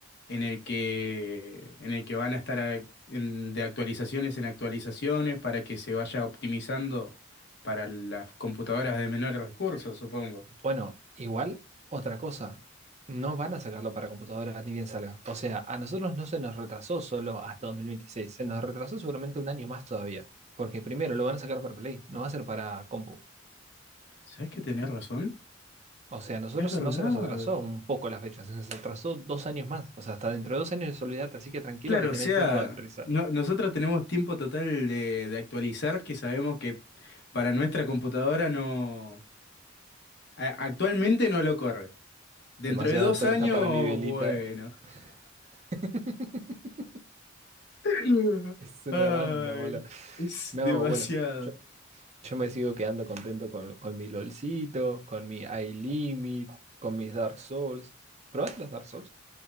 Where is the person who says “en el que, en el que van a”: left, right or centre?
Left